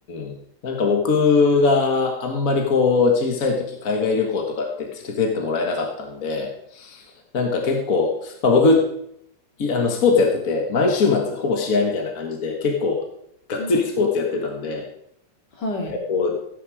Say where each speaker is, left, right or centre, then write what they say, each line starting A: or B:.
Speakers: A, on the left (about 55°); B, on the left (about 80°).
A: うん。なんか僕があんまりこう、小さい時海外旅行とかって連れてってもらえなかったんで、なんか結構、まあ僕、い、あの、スポーツやってて、毎週末ほぼ試合みたいな感じで、結構がっつりスポーツやってたんで、
B: うんはい。
A: こう、